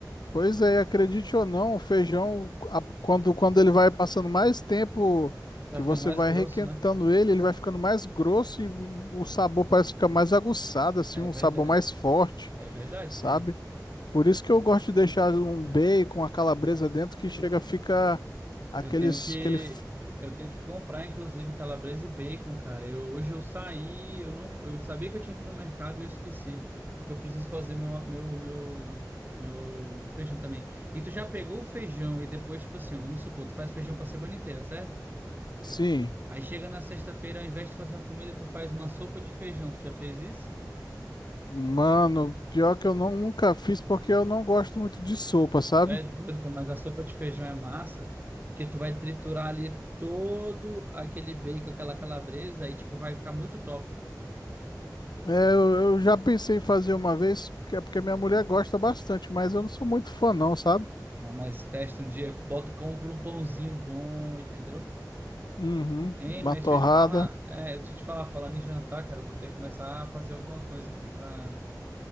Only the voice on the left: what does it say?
Pois é, acredite ou não, o feijão, a- quando, quando ele vai passando mais tempo
que
você
vai
requentando
ele, ele vai ficando mais grosso e o sabor parece ficar mais aguçado, assim,
um
sabor mais forte,
sabe?
Por isso que eu gosto de deixar um bacon, a calabresa dentro, que chega, fica aqueles,
aquele, f-
sim,
mano, pior que eu não, nunca fiz porque eu não gosto muito de sopa, sabe?
É, eu, eu já pensei em fazer uma vez, que é porque minha mulher gosta bastante, mas eu não sou muito fã, não, sabe?
Uhum,
uma
torrada.